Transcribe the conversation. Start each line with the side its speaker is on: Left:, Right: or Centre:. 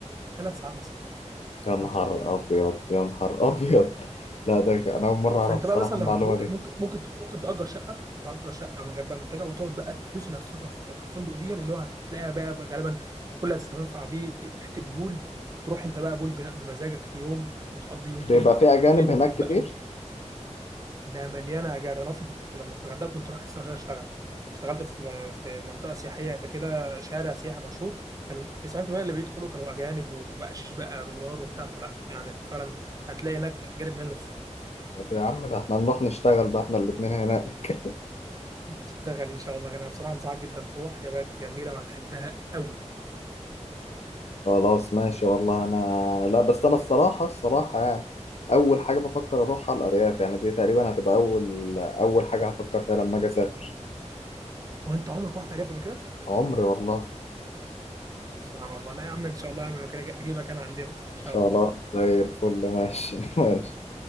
Right: ثلاث ساعات مثلا
Left: يا نهار
Right: او ساعتين
Left: ابيض يا نهار ابيض لا ده ك- انا اول مره
Right: فانت
Left: اعرف الصراحه
Right: بقى مثلا لو
Left: المعلومه
Right: هتروح
Left: دي
Right: ممكن ممكن ممكن تأجر شقه تأجر شقه من غير بقى منتجع وتقعد بقى الفلوس اللي هتصرفها في في الفندق دي يعني اللي هو هتلاقيها بقى غالبا كل اللي هتستنفع بيه حته بول تروح انت بقى بول بنا- بمزاجك في يوم وتقضي يوم
Left: بيبقى
Right: فيه
Left: في اجانب
Right: تنزل
Left: هناك كتير
Right: بقى ده مليانه اجار انا اصلا كنت لما في الغردقه كنت رايح اصلا عشان اشتغل اشتغلت في م- في منطقه سياحيه كده شارع سياحي مشهور كان 90% اللي بيدخلوا كانوا اجانب وبقشيش بقى دولار وبتاع فلا يعني فعلا هتلاقي هناك اجانب من هنا
Left: طب يا عم ده احنا نروح نشتغل بقى احنا الاتنين هناك
Right: هتشتغل ان شاء الله غالبا بصراحه انصحك جدا تروح هي بلد جميله وهتحبها قوي
Left: خلاص ماشي والله انا لا بس انا الصراحة الصراحة يعني اول حاجة بفكر اروحها الارياف يعني دي تقريبا هتبقى اول اول حاجة هفكر فيها لما اجي اسافر
Right: وانت عمرك ما رحت عليها قبل كده
Left: عمري والله
Right: سبحان الله لا يا عم ان شاء الله يا عم لو كده اجيبك انا عندنا ان شاء
Left: خلاص
Right: الله
Left: زي الفل ماشي <laughs> ماشي